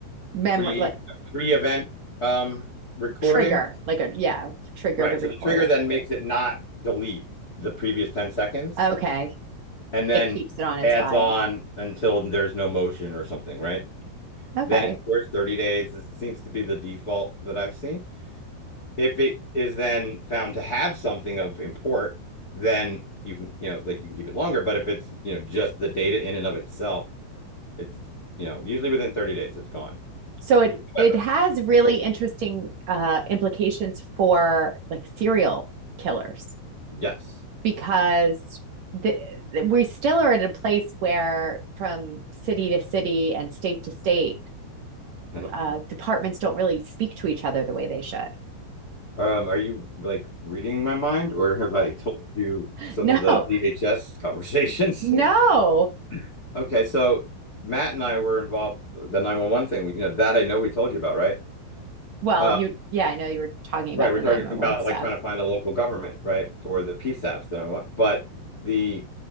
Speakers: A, on the right; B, on the left.
A: Memory,
B: pre
A: like
B: pre-event um recording.
A: trigger, like a, yeah, trigger
B: Right.
A: to record
B: So the trigger
A: it.
B: then makes it not delete the previous 10 seconds
A: Okay.
B: and then
A: It keeps it on its
B: adds
A: file.
B: on until there's no motion or something, right?
A: Okay.
B: Then it stores 30 days. It seems to be the default that I've seen. If it is then found to have something of import, then you can, you know, like you can keep it longer. But if it's, you know, just the data in and of itself, it's, you know, usually within 30 days, it's gone.
A: So it
B: However,
A: it has really
B: y-
A: interesting uh implications for like serial killers.
B: yes.
A: because the, we still are at a place where from city to city and state to state
B: <laughs>
A: uh, departments don't really speak to each other the way they should
B: Um, are you like reading my mind or have I told you
A: <laughs>
B: some
A: no
B: of the DHS conversations?
A: no
B: <laughs> Okay, so Matt and I were involved with the 911 thing. We, you know, that I know we told you about, right?
A: well
B: Um,
A: you yeah i know you were talking
B: right,
A: about
B: we're
A: the
B: talking
A: 911
B: about
A: stuff
B: like trying to find a local government, right, for the PSAPs that I want. But the